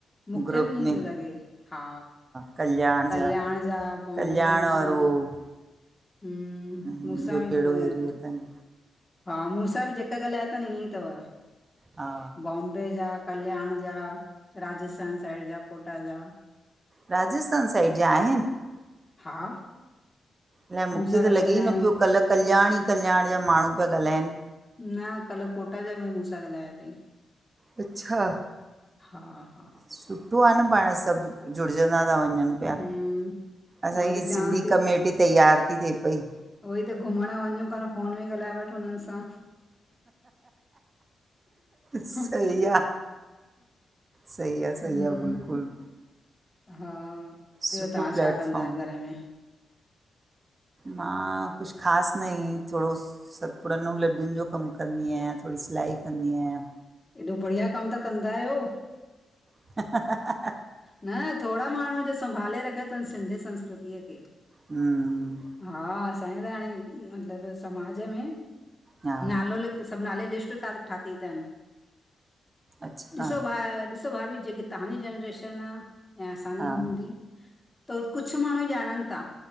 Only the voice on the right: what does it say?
ग्रुप
में
कल्याण
जा
कल्याण
और
उहो
ॿियो
कहिड़ो
एरियो अथनि
हा
राजस्थान साइड जा आहिनि?
अलाए मुखे
त
लॻे ई
न पियो कल्ह कल्याण ई कल्याण जा माण्हूं पिया ॻाल्हाइनि।
अच्छा,
सुठो आ न पांण सभु जुड़जंदा ता वंञंनि
पिया, असांजी
सिंधी
कमेटी तैयार ती थिए पई
सही
आ। सही आ- सही
आ बिल्कुलु।
सुठो
प्लेटफॉम
मां कुछ ख़ासि न‌ इंयईं थोड़ो सतपुड़नि अंउं लॾुनि जो कमु कंदी आहियां, थोड़ी सिलाई कंदी आहियां
हंसने की आवाज़
हम्म
हा
अच्छा
हा